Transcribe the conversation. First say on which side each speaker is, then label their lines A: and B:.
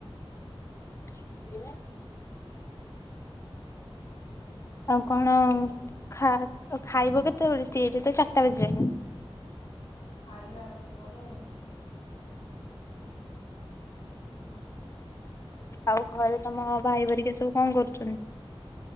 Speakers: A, on the left; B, on the left.
A: ହଁ <unintelligible> ଆଉ କଣ ଖା ଖାଇବ କେତେବେଳେ? <unintelligible> ତ ଚାରିଟା ବାଜିଲାଣି।
B: ଖାଇବେ ଆଉ ଟିକେ ପରେ ଆଉ।
A: ଆଉ ଘରେ ତମ ଭାଇ ଭରିକା ସବୁ କଣ କରୁଛନ୍ତି?